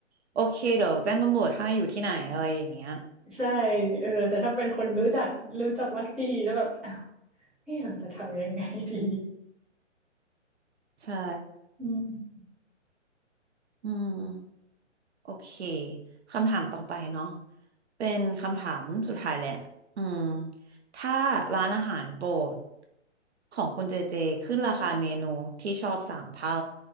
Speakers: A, on the right; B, in the centre.
A: โอเคเดี๋ยวแจ้งตำรวจให้อยู่ที่ไหนอะไรอย่างเงี้ย
B: ใช่เออแต่ถ้าเป็นคนรู้จักรู้จักมักจีแล้วแบบอ้าวเออเราจะทำยังไงดี
A: ใช่
B: อืม
A: อืมโอเคคำถามต่อไปเนาะเป็นคำถามสุดท้ายแหละอืมถ้าร้านอาหารโปรดของคุณเจเจขึ้นราคาเมนูที่ชอบสามเท่า